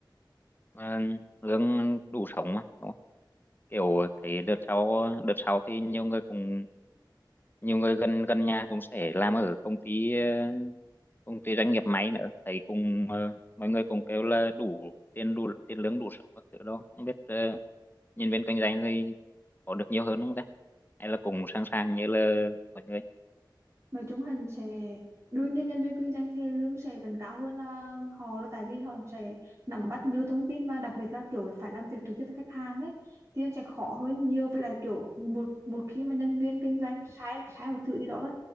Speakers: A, on the left (about 25°); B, on the right (about 35°).
A: mà lương đủ sống mà đúng không? kiểu thấy đợt sau đợt sau thì nhiều người cùng nhiều người gần gần nhà cũng sẽ làm ở công ty ờ, cùng cái doanh nghiệp máy nữa thấy cùng ờ, mọi người cùng kêu là đủ tiền đủ tiền lương đủ sống các thứ đó không biết ờ, nhân viên kinh doanh thì có được nhiều hơn không ta hay là cùng sẵn sàng như là mọi người
B: nói chung hắn sẽ đương nhiên nhân viên kinh doanh thì lương sẽ vẫn cao hơn là họ là tại vì họ sẽ nắm bắt nhiều thông tin và đặc biệt là kiểu phải làm việc trực tiếp với khách hàng ấy thì nó sẽ khó hơn nhiều với lại kiểu một một khi mà nhân viên kinh doanh sai sai một thứ gì đó thôi